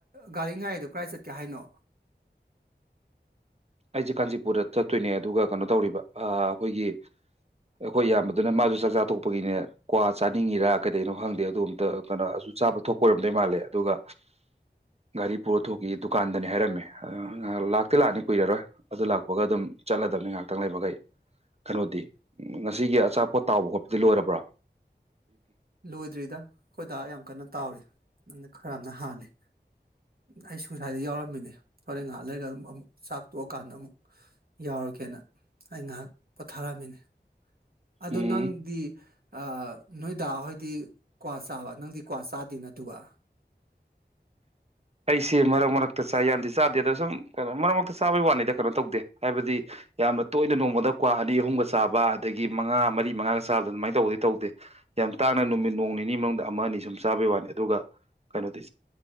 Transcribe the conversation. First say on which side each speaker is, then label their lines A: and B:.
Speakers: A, on the right; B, on the right.
A: ꯒꯔꯤꯉꯥꯏꯗꯣ ꯀꯔꯥꯏ ꯆꯠꯀꯦ ꯍꯥꯏꯅꯣ
B: ꯑꯩꯁꯦ ꯀꯥꯟꯆꯤꯄꯨꯔꯗ ꯆꯠꯇꯣꯏꯅꯦ ꯑꯗꯨꯒ ꯀꯩꯅꯣ ꯇꯧꯔꯤꯕ ꯑꯩꯈꯣꯏꯒꯤ ꯑꯩꯈꯣꯏ ꯏꯌꯥꯝꯕꯗꯨꯅ ꯃꯁꯨ ꯆꯥꯛ ꯆꯥꯇꯣꯛꯄꯒꯤꯅꯦ ꯀ꯭ꯋꯥ ꯆꯥꯅꯤꯡꯉꯤꯔꯥ ꯀꯩꯗꯩꯅꯣ ꯈꯪꯗꯦ ꯑꯗꯨ ꯑꯝꯇ ꯀꯩꯅꯣ ꯨ ꯆꯥꯕ ꯊꯣꯛꯄ ꯑꯣꯏꯔꯝꯗꯣꯏ ꯃꯥꯜꯂꯦ ꯑꯗꯨꯒ ꯒꯥꯔꯤ ꯄꯨꯔꯊꯣꯛꯈꯤ ꯗꯨꯀꯥꯟꯗꯅꯦ ꯍꯥꯏꯔꯝꯃꯦ ꯂꯥꯛꯇꯤ ꯂꯥꯛꯑꯅꯤ ꯀꯨꯏꯔꯔꯣꯏ ꯑꯗꯨ ꯂꯥꯛꯄꯒ ꯑꯗꯨꯝ ꯆꯠꯂꯗꯕꯅꯤ ꯉꯥꯏꯍꯥꯛꯇꯪ ꯂꯩꯕꯒ ꯑꯩ ꯀꯩꯅꯣꯗꯤ ꯎ ꯉꯁꯤꯒꯤ ꯑꯆꯥꯄꯣꯠ ꯇꯥꯎꯕ ꯈꯣꯠꯄꯗꯤ ꯂꯣꯏꯔꯕ꯭ꯔꯣ
A: ꯂꯣꯏꯗ꯭ꯔꯤꯗ ꯑꯩꯈꯣꯏꯗꯥ ꯌꯥꯝ ꯀꯟꯅ ꯇꯥꯎꯔꯤ ꯑꯩꯅ ꯈꯔꯃꯅ ꯍꯥꯜꯂꯤ ꯑꯩꯁꯨ ꯉꯁꯥꯏꯗꯩ ꯌꯥꯎꯔꯝꯃꯤꯅꯦ ꯍꯣꯔꯦꯟ ꯉꯏꯍꯥꯛ ꯂꯩꯔꯒ ꯑꯃꯨꯛ ꯑꯃꯨꯛ ꯆꯥꯛ ꯇꯣꯛꯑꯀꯥꯟꯗ ꯑꯃꯨꯛ ꯌꯥꯎꯔ ꯌꯎꯔꯒꯦꯅ ꯑꯩ ꯉꯥꯏꯍꯥꯛ ꯄꯣꯊꯥꯔꯝꯃꯤꯅꯦ ꯑꯗꯣ
B: ꯎꯝ
A: ꯅꯪꯗꯤ ꯑꯥ ꯅꯣꯏ ꯗ ꯍꯣꯏꯗꯤ ꯀ꯭ꯋꯥ ꯆꯥꯕ ꯅꯪꯗꯤ ꯀ꯭ꯋꯥ ꯆꯥꯗꯦꯅ ꯑꯗꯨꯒ
B: ꯑꯩꯁꯦ ꯃꯔꯛ ꯃꯔꯛꯇ ꯆꯥꯏ ꯌꯥꯝꯗꯤ ꯆꯥꯗꯦꯗ ꯁꯨꯝ ꯀꯩꯅ ꯃꯔꯛ ꯃꯔꯛꯇ ꯆꯥꯕꯒꯤ ꯋꯥꯅꯤꯗ ꯀꯩꯅꯣ ꯇꯧꯗꯦ ꯍꯥꯏꯕꯗꯤ ꯌꯥꯝꯅ ꯇꯣꯏꯅ ꯅꯣꯡꯃꯗ ꯀ꯭ꯋꯥ ꯑꯅꯤ ꯑꯍꯨꯝ ꯆꯥꯕ ꯑꯗꯒꯤ ꯃꯉꯥ ꯃꯔꯤ ꯃꯉꯥꯒ ꯆꯥ ꯑꯗꯨꯃꯥꯏꯅ ꯇꯧꯕꯗꯤ ꯇꯧꯗꯦ ꯌꯥꯝ ꯇꯥꯡꯅ ꯅꯨꯃꯤꯠ ꯅꯣꯡ ꯅꯤꯅꯤ ꯃꯅꯨꯡꯗ ꯁꯨꯝ ꯆꯥꯕꯩ ꯋꯅꯤ ꯑꯗꯨꯒ ꯀꯩꯅꯣꯗꯤ